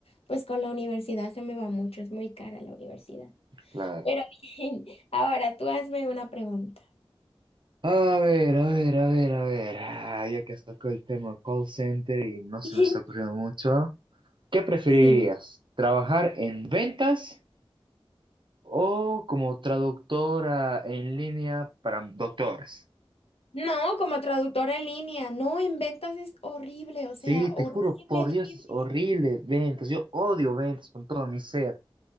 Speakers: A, on the left; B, on the right.
A: pues con la universidad se me va mucho, es muy cara la universidad.
B: Claro.
A: Pero <laughs> bien, ahora tú hazme una pregunta.
B: A ver, a ver, a ver, a ver. Ah, Ya que has tocado el tema call center y no se
A: <laughs>
B: me está ocurriendo mucho. ¿Qué preferirías?
A: Sí.
B: ¿Trabajar en ventas o como traductora en línea para doctores?
A: No, como traductora en línea. No, en ventas es horrible, o
B: Sí,
A: sea,
B: te
A: horrible,
B: juro, por Dios,
A: horrible.
B: es horrible ventas. Yo odio ventas con todo mi ser.